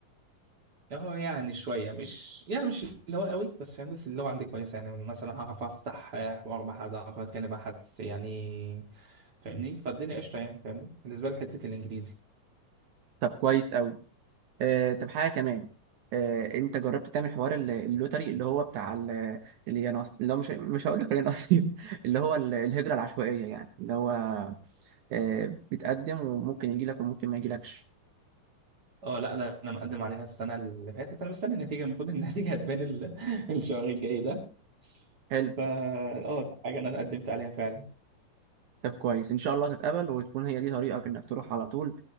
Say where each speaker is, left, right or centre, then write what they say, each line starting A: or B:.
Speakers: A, on the right; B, on the right.
A: اه يعني شويه مش يعني مش اللي هو قوي بس فاهمني بس اللي هو عندي كويسه يعني مثلا هعرف افتح آه، حوار مع حد هعرف اتكلم مع حد يعني فاهمني فالدنيا قشطه يعني فاهمني بالنسبه لي في حته الانجليزي
B: طب كويس قوي آه، طب حاجة كمان آه، انت جربت تعمل حوار ال- اللوتري اللي هو بتاع ال- اللي ينص اللي هو مش مش هقول لك نصيب <laughs> اللي هو ال- الهجرة العشوائية يعني اللي هو آه، بتقدم وممكن يجي لك وممكن ما يجيلكش
A: اه لا ده انا مقدم عليها السنه اللي فاتت انا مستني النتيجه المفروض إن النتيجه هتبان ال- <laughs> الشهر الجاي ده
B: حلو
A: فا اه دي حاجة أنا قدمت عليها فعلا
B: طب كويس ان شاء الله تتقبل وتكون هي دي طريقك انك تروح على طول